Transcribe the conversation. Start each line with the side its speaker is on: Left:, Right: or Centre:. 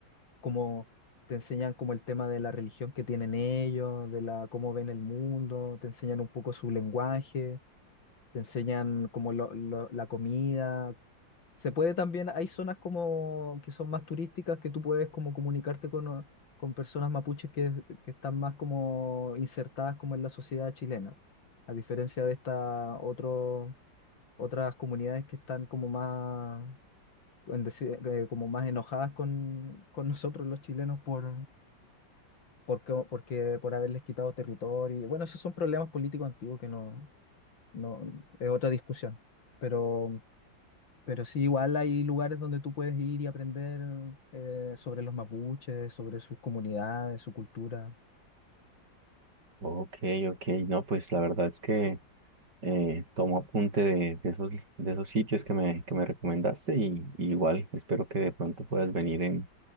Left: como te enseñan como el tema de la religión que tienen ellos, de la cómo ven el mundo, te enseñan un poco su lenguaje. Te enseñan como lo- lo- la comida. Se puede también, hay zonas como que son más turísticas que tú puedes como comunicarte con, o- con personas mapuches que, que están más como insertadas como en la sociedad chilena, a diferencia de estas otro- otras comunidades que están como más, en deci- eh, como más enojadas con, con nosotros los chilenos por, porque, porque por haberles quitado territorio. Y bueno, esos son problemas políticos antiguos que no, no, es otra discusión. Pero, pero sí, igual hay lugares donde tú puedes ir y aprender eh, sobre los mapuches, sobre sus comunidades, su cultura.
Right: Ok, ok, no, pues la verdad es que eh, tomo apunte de, de esos, de esos sitios que me, que me recomendaste y, y igual espero que de pronto puedas venir en,